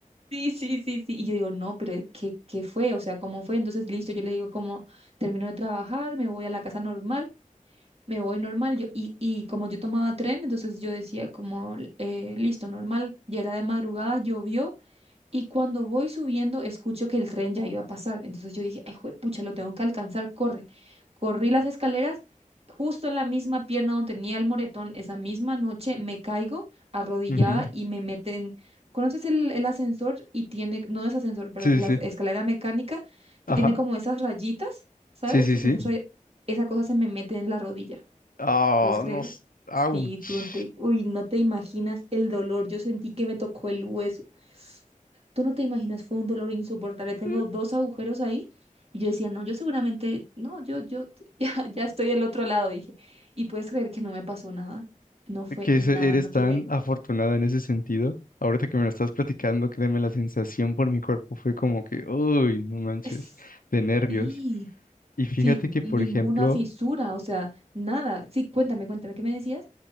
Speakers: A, on the right; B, on the left.
A: Sí, sí, sí, sí. Y yo digo, no, pero ¿qué, qué fue? O sea, ¿cómo fue? Entonces, listo, yo le digo como, termino de trabajar, me voy a la casa normal, me voy normal. Yo, y, y como yo tomaba tren, entonces yo decía como, eh, listo, normal. Ya era de madrugada, llovió. Y cuando voy subiendo, escucho que el tren ya iba a pasar. Entonces yo dije, ay, pucha, lo tengo que alcanzar, corre. Corrí las escaleras, justo en la misma pierna donde tenía el moretón, esa misma noche me caigo arrodillada
B: Ujú.
A: y me meten. ¿Conoces el, el ascensor? Y tiene, no es ascensor, perdón,
B: Sí,
A: la
B: sí,
A: escalera
B: sí.
A: mecánica que
B: Ajá.
A: tiene como esas rayitas, ¿sabes?
B: Sí, sí,
A: Esas
B: sí.
A: ray- Esa cosa se me mete en la rodilla.
B: Ah,
A: ¿Puedes creer?
B: no. s- Ouch.
A: Sí, tú no te, uy, no te imaginas el dolor. Yo sentí que me tocó el hueso. Tú no te imaginas, fue un dolor insoportable. Tengo
B: Ay.
A: dos agujeros ahí. Y yo decía, no, yo seguramente, no, yo, yo, <laughs> ya, ya estoy al otro lado, dije. Y puedes creer que no me pasó nada. No fue
B: que
A: nada,
B: se- eres
A: no tuve,
B: tan afortunada en ese sentido. Ahorita que me lo estás platicando, créeme, la sensación por mi cuerpo fue como que, uy, no manches,
A: <laughs>
B: de nervios.
A: sí,
B: Y fíjate
A: fi-
B: que,
A: ninguna
B: por ejemplo,
A: fisura, o sea, nada. Sí, cuéntame, cuéntame, ¿qué me decías?